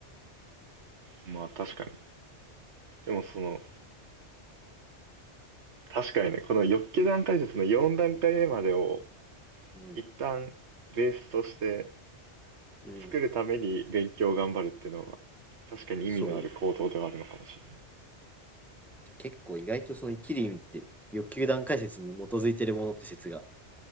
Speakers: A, on the right; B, in the centre.
A: まあ確かに。でもその、確かにね、この欲求段階説の4段階目までを
B: うん。
A: 一旦ベースとして
B: うん。
A: 作るために勉強を頑張るっていうのは、確かに意味のある行動ではあるのかもし
B: そう。結構意外とその生きる意味って、欲求段階説に基づいてるものって説が